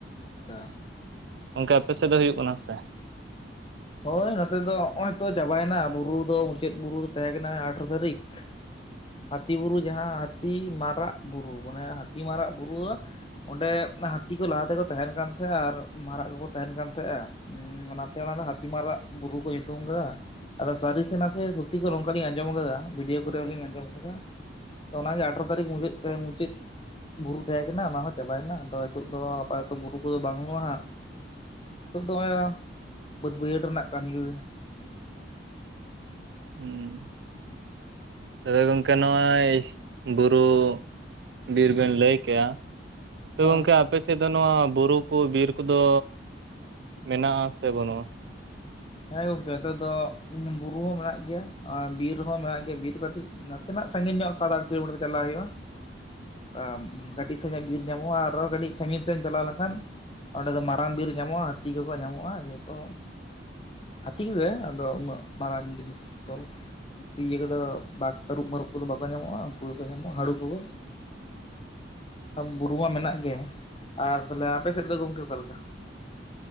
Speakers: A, on the left; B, on the right.
A: ᱟᱪᱪᱷᱟ
B: ᱚᱱᱠᱟ ᱟᱯᱮ ᱥᱮᱫ ᱫᱚ ᱦᱩᱭᱩᱜ ᱠᱟᱱᱟ ᱥᱮ
A: ᱦᱚᱭ ᱱᱚᱛᱮ ᱫᱚ ᱱᱚᱜ ᱚᱭ ᱛᱚ ᱪᱟᱵᱟᱭᱮᱱᱟ ᱵᱩᱨᱩ ᱫᱚ ᱢᱩᱪᱟᱹᱫ ᱵᱩᱨᱩ ᱛᱟᱦᱮᱸ ᱠᱟᱱᱟ ᱟᱴᱷᱨᱚ ᱛᱟᱹᱨᱤᱠᱷ ᱦᱟᱹᱛᱤ ᱵᱩᱨᱩ ᱡᱟᱦᱟᱸ ᱦᱟᱹᱛᱤ ᱢᱟᱨᱟᱜ ᱵᱩᱨᱩ ᱢᱟᱱᱮ ᱦᱟᱹᱛᱤ ᱢᱟᱨᱟᱜ ᱵᱩᱨᱩ ᱫᱚ ᱚᱸᱰᱮ ᱦᱟᱹᱛᱤᱠᱩ ᱞᱟᱦᱟ ᱛᱮᱠᱚ ᱛᱟᱦᱮᱱ ᱠᱟᱱ ᱛᱟᱦᱮᱸᱜ-ᱟ ᱟᱨ ᱢᱟᱨᱟᱜ ᱠᱚᱠᱚ ᱛᱟᱦᱮᱱ ᱠᱟᱱ ᱛᱟᱦᱮᱸᱜ-ᱟ ᱦᱮ ᱚᱱᱟᱛᱮ ᱚᱱᱟ ᱫᱚ ᱦᱟᱹᱛᱤ ᱢᱟᱨᱟᱜ ᱵᱩᱨᱩ ᱠᱚ ᱧᱩᱛᱩᱢ ᱟᱠᱟᱫᱟ ᱟᱫᱚ ᱥᱟᱹᱨᱤ ᱥᱮ ᱱᱟᱥᱮ ᱫᱷᱩᱛᱤ ᱠᱚ ᱱᱚᱝᱠᱟᱞᱤᱧ ᱟᱸᱡᱚᱢ ᱟᱠᱟᱫᱟ ᱵᱷᱤᱰᱭᱳ ᱠᱚᱨᱮ ᱞᱤᱧ ᱟᱸᱡᱚᱢ ᱟᱠᱟᱫᱟ ᱛᱚ ᱚᱱᱟᱜᱮ ᱟᱴᱷᱨᱚ ᱛᱟᱹᱨᱤᱠᱷ ᱢᱩᱪᱟᱹᱫ ᱛᱮ ᱢᱩᱪᱟᱹᱫ ᱵᱩᱨᱩ ᱛᱟᱦᱮᱸ ᱠᱟᱱᱟ ᱚᱱᱟ ᱦᱚᱸ ᱪᱟᱵᱟᱭᱮᱱᱟ ᱟᱫᱚ ᱱᱤᱛᱚᱜ ᱫᱚ ᱟᱯᱟ ᱚᱛᱚ ᱵᱩᱨᱩ ᱠᱚᱫᱚ ᱵᱟᱝ ᱦᱩᱭᱩᱜ-ᱟ ᱦᱟᱜ ᱱᱤᱛᱚᱜ ᱫᱚᱻ ᱵᱟᱹᱫᱽ ᱵᱟᱹᱭᱦᱟᱹᱲ ᱨᱮᱱᱟᱜ ᱠᱟᱹᱢᱤ ᱠᱚᱜᱮ
B: ᱦᱩᱸ ᱛᱚᱵᱮ ᱜᱚᱢᱠᱮ ᱱᱚᱜ-ᱚᱭ ᱵᱩᱨᱩ ᱵᱤᱨ ᱵᱮᱱ ᱞᱟᱹᱭ ᱠᱮᱜ-ᱟ ᱛᱚ
A: ᱚ
B: ᱜᱚᱝᱠᱮ ᱟᱯᱮᱥᱮᱫ ᱫᱚ ᱱᱚᱣᱟ ᱵᱩᱨᱩ ᱠᱚ ᱵᱤᱨ ᱠᱚᱫᱚ ᱢᱮᱱᱟᱜ-ᱟ ᱥᱮ ᱵᱟᱹᱱᱩᱜ-ᱟ
A: ᱦᱮᱸ ᱜᱚᱝᱠᱮ ᱱᱮᱛᱚᱜ ᱫᱚ ᱵᱩᱨᱩ ᱦᱚᱸ ᱢᱮᱱᱟᱜ ᱜᱮᱭᱟ ᱟᱨ ᱵᱤᱨ ᱦᱚᱸ ᱢᱮᱱᱟᱜ ᱜᱮᱭᱟ ᱵᱤᱨ ᱠᱟᱹᱴᱤᱡ ᱱᱟᱥᱮᱱᱟᱜ ᱥᱟᱺᱜᱤᱧ ᱧᱚᱜ ᱥᱟᱛ ᱟᱴ ᱠᱤᱞᱚ ᱢᱤᱴᱟᱨ ᱪᱟᱞᱟᱜ ᱦᱩᱭᱩᱜᱼᱟ ᱚᱱᱠᱟ ᱠᱟᱹᱴᱤᱡ ᱥᱟᱹᱦᱤᱡ ᱵᱤᱨ ᱧᱟᱢᱚᱜᱼᱟ ᱟᱨᱦᱚᱸ ᱠᱟᱹᱴᱤᱡ ᱥᱟᱺᱜᱤᱧ ᱥᱮᱫ ᱮᱢ ᱪᱟᱞᱟᱣ ᱞᱮᱱᱠᱷᱟᱱ ᱚᱸᱰᱮ ᱫᱚ ᱢᱟᱨᱟᱝ ᱵᱤᱨ ᱧᱟᱢᱚᱜᱼᱟ ᱦᱟᱹᱛᱤ ᱠᱚᱠᱚ ᱧᱟᱢᱚᱜᱼᱟ ᱡᱮᱦᱮᱛᱩ ᱦᱟᱹᱛᱤ ᱠᱚᱜᱮ ᱟᱫᱚ ᱩᱱᱟᱹᱜ ᱢᱟᱨᱟᱝ ᱡᱤᱱᱤᱥ ᱫᱚ ᱵᱤᱥᱤ ᱤᱭᱟᱹ ᱠᱚᱫᱚ ᱵᱟᱜᱽ ᱛᱟᱹᱨᱩᱵ ᱢᱟᱹᱨᱩᱵ ᱠᱚᱫᱚ ᱵᱟᱠᱚ ᱧᱟᱢᱚᱜ-ᱟ ᱩᱱᱠᱩ ᱜᱮᱠᱚ ᱧᱟᱢᱚᱜ-ᱟ ᱦᱟᱹᱲᱩ ᱠᱚᱫᱚ ᱵᱩᱨᱩ ᱢᱟ ᱢᱮᱱᱟᱜ ᱜᱮ ᱟᱨ ᱛᱟᱦᱚᱞᱮ ᱟᱯᱮᱥᱮᱫ ᱫᱚ ᱜᱚᱝᱠᱮ ᱚᱠᱟ ᱞᱮᱠᱟ